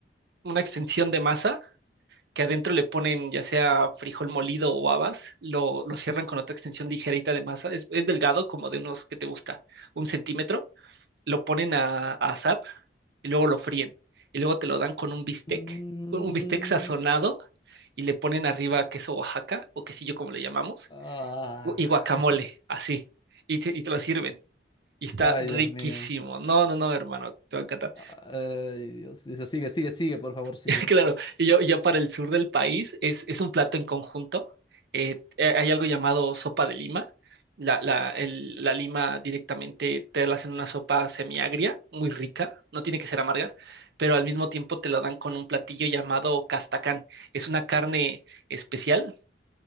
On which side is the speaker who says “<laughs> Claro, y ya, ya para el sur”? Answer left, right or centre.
Right